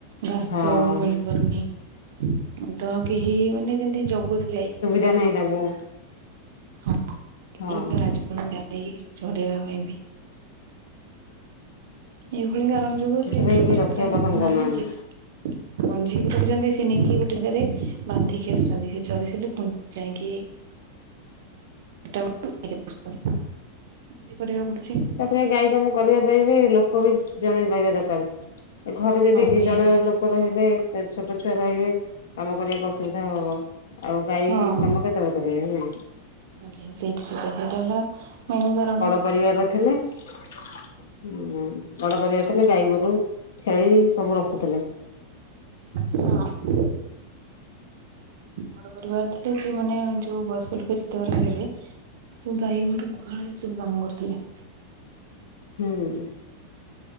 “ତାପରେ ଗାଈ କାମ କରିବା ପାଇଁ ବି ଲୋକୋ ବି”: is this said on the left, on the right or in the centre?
Left